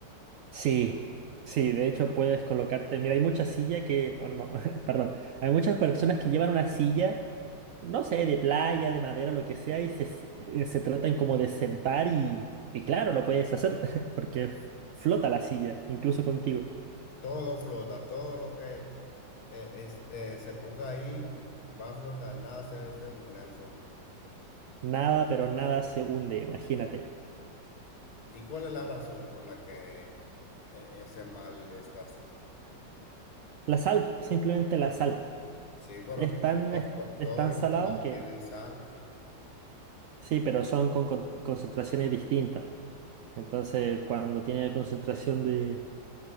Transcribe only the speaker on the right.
Sí, sí, de hecho puedes colocarte, mira, hay muchas sillas que, oh, no, <laughs> perdón, hay muchas personas que llevan una silla, no sé, de playa, de madera, lo que sea, y se, s- eh, se tratan como de sentar y, y claro, lo puedes hacer, <laughs> porque f- flota la silla, incluso contigo.
Nada, pero nada se hunde, imagínate.
La sal, simplemente la sal.
Es tan,
es,
es
tan salado
que,
sí, pero son con con- concentraciones distintas. Entonces, cuando tiene concentración de...